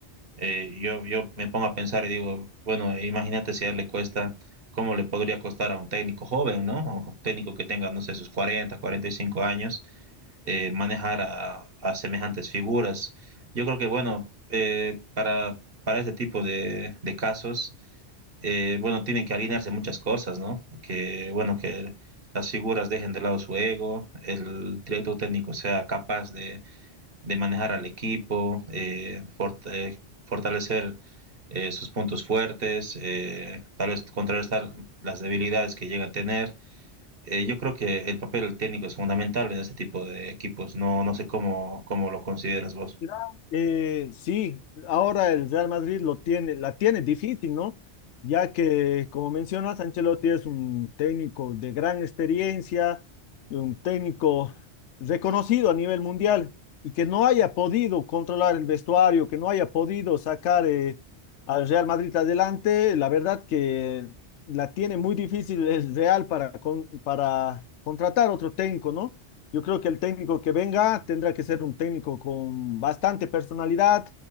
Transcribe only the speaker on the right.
Eh, yo, yo me pongo a pensar y digo, bueno, imagínate si a él le cuesta, ¿cómo le podría costar a un técnico joven, ¿no? O un técnico que tenga, no sé, sus 40, 45 años, eh, manejar a, a, semejantes figuras. Yo creo que, bueno, eh, para, para este tipo de, de casos, eh, bueno, tienen que alinearse muchas cosas, ¿no? Que, bueno, que las figuras dejen de lado su ego, el director técnico sea capaz de, de manejar al equipo, eh, fort- eh, fortalecer eh, sus puntos fuertes, eh, tal vez contrarrestar las debilidades que llega a tener. Eh, yo creo que el papel del técnico es fundamental en este tipo de equipos. No, no sé cómo, cómo lo consideras vos.